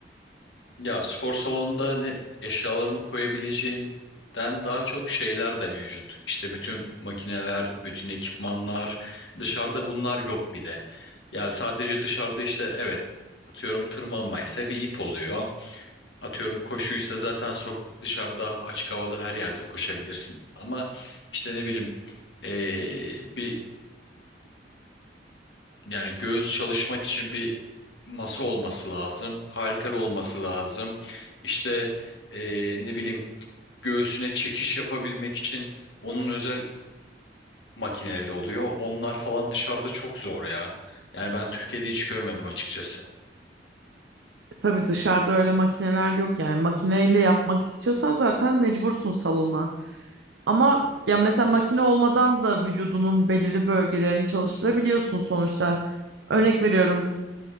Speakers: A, on the left (about 80°); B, on the right (about 80°).
A: Ya spor salonunda hani eşyalarımı koyabileceğimden daha çok şeyler de mevcut. İşte bütün makineler, bütün ekipmanlar, dışarıda bunlar yok bir de. Ya sadece dışarıda işte evet atıyorum tırmanmaysa bir ip oluyor. Atıyorum koşuysa zaten sok dışarıda açık havada her yerde koşabilirsin. Ama işte ne bileyim eee, bir yani göğüs çalışmak için bir masa olması lazım, halter olması lazım. İşte eee, ne bileyim göğsüne çekiş yapabilmek için onun özel makineleri oluyor. Onlar falan dışarıda çok zor ya. Yani ben Türkiye'de hiç görmedim açıkçası.
B: E, Tabii dışarıda öyle makineler yok yani makineyle yapmak istiyorsan zaten mecbursun salona. Ama ya mesela makine olmadan da vücudunun belirli bölgelerini çalıştırabiliyorsun sonuçta. Örnek veriyorum.